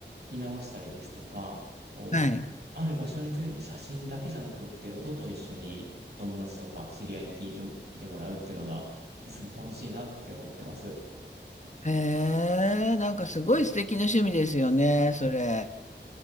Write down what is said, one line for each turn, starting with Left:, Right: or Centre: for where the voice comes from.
Right: 聞き直したりですとか、こう、
Left: はい。
Right: ある場所について写真だけじゃなくって音と一緒に友達とか知り合いに聞いても、聞いてもらうっていうのがいつも楽しいなって思ってます。
Left: へえ、なんかすごい素敵な趣味ですよね、それ。